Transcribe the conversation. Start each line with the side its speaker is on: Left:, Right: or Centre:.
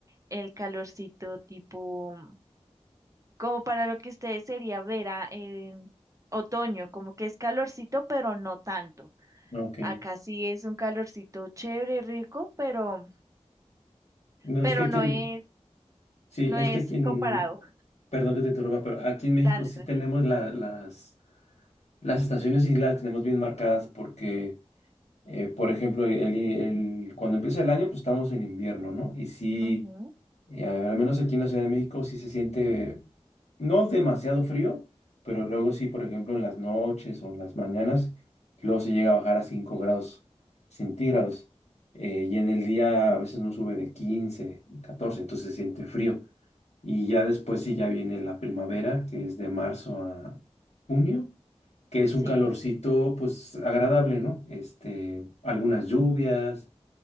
Right: el calorcito tipo, como para lo que ustedes sería vera, eh, otoño, como que es calorcito, pero no tanto.
Left: ok.
Right: Acá sí es un calorcito chévere, rico, pero...
Left: No,
Right: Pero
Left: es que aquí
Right: no
Left: en,
Right: es
Left: sí,
Right: No
Left: es
Right: es
Left: que aquí en,
Right: comparado.
Left: perdón que te interrumpa, pero aquí en México
Right: Dale,
Left: sí
Right: tranqui.
Left: tenemos la- las, las estaciones y las tenemos bien marcadas porque... eh, por ejemplo, el- el- cuando empieza el año, pues estamos en invierno, ¿no? Y sí,
Right: Ujú,
Left: eh, al menos aquí en la Ciudad de México sí se siente no demasiado frío, pero luego sí, por ejemplo, en las noches o en las mañanas, luego se llega a bajar a cinco grados centígrados. eh, y en el día a veces no sube de 15, 14, entonces se siente frío. Y ya después sí, ya viene la primavera, que es de marzo a junio que es
Right: Sí.
Left: un calorcito pues agradable, ¿no? Este, algunas lluvias